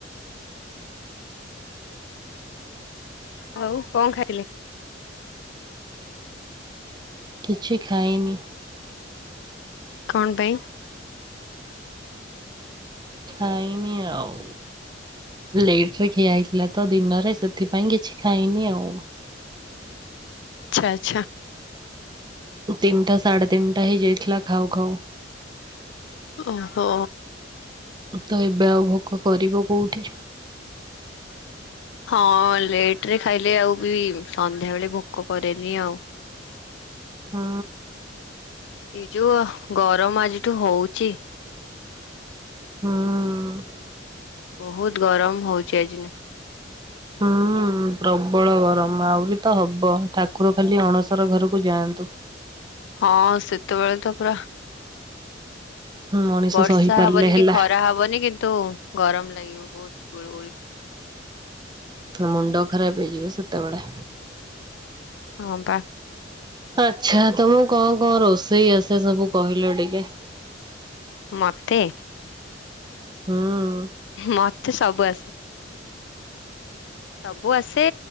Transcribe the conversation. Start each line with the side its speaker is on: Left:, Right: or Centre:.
Left: ଆଉ କଣ ଖାଇଥିଲେ?
Right: କିଛି ଖାଇନି।
Left: କଣ ପାଇଁ?
Right: ଖାଇନି ଆଉ। ଲେଟ ରେ ଖିଆ ହେଇଥିଲା ତ ଦିନରେ ସେଥିପାଇଁ କିଛି ଖାଇନି ଆଉ।
Left: ଚ୍ଛା ଆଚ୍ଛା।
Right: ତିନିଟା ସାଢ଼େ ତିନିଟା ହେଇ ଯାଇଥିଲା ଖାଉ ଖାଉ।
Left: ଓହୋ।
Right: ତ ଏବେ ଆଉ ଭୋକ କରିବ କୋଉଠି।
Left: ହଁ ଲେଟ ରେ ଖାଇଲେ ଆଉ ବି ସନ୍ଧ୍ୟାବେେଳେ ଭୋକ କରେନି ଆଉ।
Right: ହଁ।
Left: ଏଇ ଯୋଉ ଗରମ ଆଜିଠୁ ହଉଛି
Right: ହଁ।
Left: ବହୁତ ଗରମ ହଉଛି ଆଜି ନ
Right: ହଁ। ହଁ ପ୍ରବଳ ଗରମ ଆହୁରି ତ ହବ ଠାକୁର ଖାଲି ଅଣସର ଘରକୁ ଯାଆନ୍ତୁ।
Left: ହଁ ସେତେବେଳେ ତ ପୁରା
Right: ମଣିଷ
Left: ବର୍ଷା
Right: ସହିପାରିଲେ
Left: ହବନି
Right: ହେଲା
Left: କି ଖରା ହବନି କିନ୍ତୁ ଗରମ ଲାଗିବ ବହୁତ ଗୁଳୁ ଗୁଳି।
Right: ମୁଣ୍ଡ ଖରାପ ହେଇଯିବ ସେତେବେଳେ।
Left: ହଁ ପା
Right: ଆଚ୍ଛା ତମକୁ କଣ କଣ ରୋଷେଇ ଆସେ ସବୁ କହିଲ ଟିକେ?
Left: ମତେ?
Right: ହୁଁ।
Left: ମତେ ସବୁ ଆସେ। ସବୁ ଆସେ